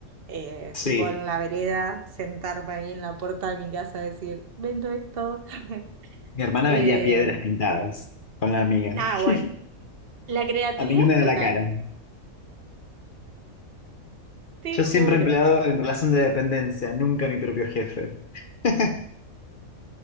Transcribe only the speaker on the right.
eh,
tipo en la vereda, sentarme ahí en la puerta de mi casa a decir, vendo esto. <laughs>
Eh,
nada,
bueno, la creatividad
es
total,
te
juro.